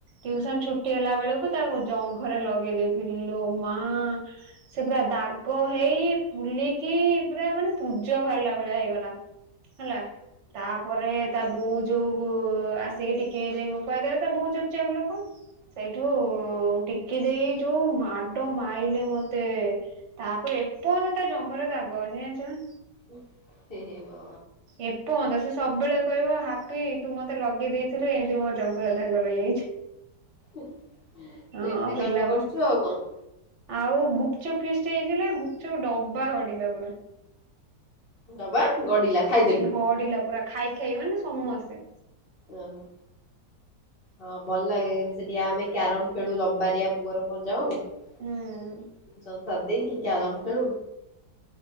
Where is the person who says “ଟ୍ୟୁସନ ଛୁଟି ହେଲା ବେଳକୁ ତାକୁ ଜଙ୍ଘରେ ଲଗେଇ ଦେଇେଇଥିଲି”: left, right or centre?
Right